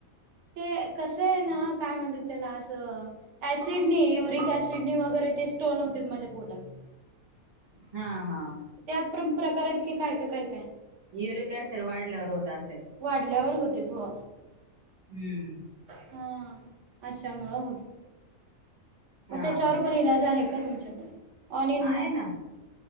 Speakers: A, on the right; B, on the right.
A: ते कसं आहे ना, काय म्हणतात त्याला असं ऍसिडनी युरिक ऍसिडनी वगैरे ते स्टोन होते माझ्या पोटात.
B: हा हा.
A: त्यात पण प्रकार इत कि काय काय काय काय.
B: युरीक ऍसीड वाढल्यावर होत असेल.
A: वाढल्यावर होतय हो.
B: हम्म.
A: हं, अशामुळं होतय. मग
B: हा
A: त्याच्यावर
B: हा
A: पण इलाज आहे का तुमच्याकड? ऑनियन
B: आहे ना